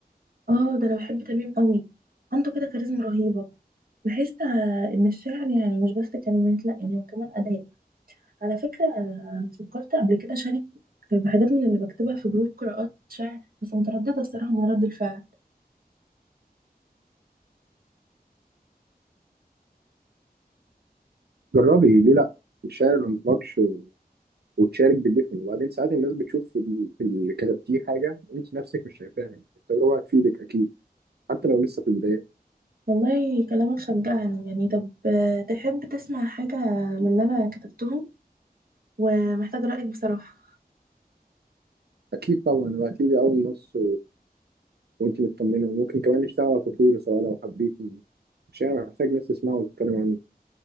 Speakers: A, on the right; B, on the right.
A: اه ده انا بحب تميم قوي عنده كده كاريزما رهيبة بحس آه، ان الشعر يعني مش بس كلمات لا يعني هو كمان اداء على فكرة آه، فكرت قبل كده شارك بحاجات من اللي بكتبها في جروب قراءات شعر بس مترددة الصراحة من رد الفعل
B: جربي ليه لأ الشعر لما مطلقش و... وتشارك بالدفن وبعدين ساعات الناس بتشوف في ال- في اللي كتبتيه حاجة أنت نفسك مش شايفاها يعني التجربة هتفيدك أكيد حتى لو لسه في البداية
A: والله كلامك شجعني يعني طب آه، تحب تسمع حاجة من اللي انا كتبتهم ومحتاج رأيك بصراحة
B: أكيد طبعا وهتيجي أول نص وانت مطمنه وممكن كمان نشتغل على تطويره سواء لو حبيتي الشعر محتاج ناس تسمعه وتتكلم عنه